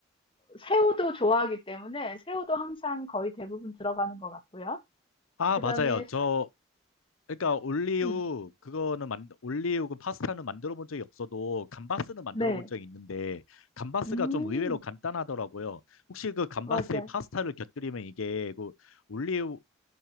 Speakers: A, on the left; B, on the left.
A: 새우도 좋아하기 때문에 새우도 항상 거의 대부분 들어가는 것 같고요.
B: 아,
A: 그
B: 맞아요.
A: 다음에,
B: 저 그러니까 올리오
A: 음,
B: 그거는 만 올리오 그 파스타는 만들어 본 적이 없어도 감바스는 만들어
A: 네.
B: 본 적이 있는데 감바스가
A: 음.
B: 좀 의외로 간단하더라고요. 혹시 그 감바스에
A: 맞아요.
B: 파스타를 곁들이면 이게 그 올리오의